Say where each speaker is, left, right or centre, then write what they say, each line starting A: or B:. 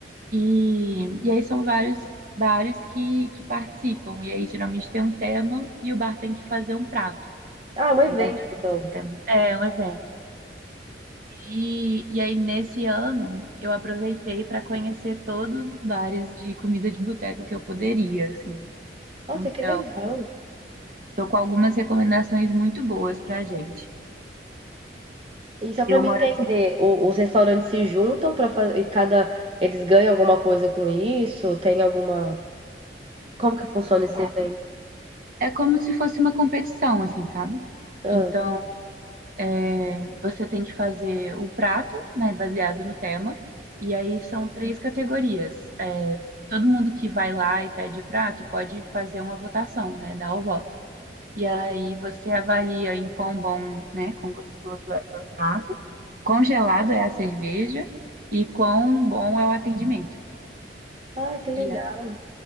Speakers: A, on the right; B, on the right.
A: E, e aí são vários bares que, que participam. E aí geralmente tem um tema e o bar tem que fazer um prato
B: Ah, é um evento,
A: baseado
B: então.
A: nesse tema. É, um evento. E, e aí, nesse ano, eu aproveitei para conhecer todos os bares de comida de boteco que eu poderia, assim.
B: Nossa,
A: Então,
B: que legal.
A: tô com algumas recomendações muito boas pra gente.
B: E só para
A: Eu moro
B: me entender,
A: aqui.
B: o- os restaurantes se juntam para fazer e cada eles ganham alguma coisa com isso? Tem alguma Como que funciona esse evento?
A: É, é como se fosse uma competição, assim, sabe?
B: Ah,
A: Então, é, você tem que fazer o prato, né, baseado no tema. E aí, são três categorias. É, todo mundo que vai lá e pede o prato pode fazer uma votação, né, dar o voto. E aí você avalia em quão bom, né, quão gostoso é o prato, quão gelado é a cerveja e quão bom é o atendimento.
B: ah, que legal.
A: E aí,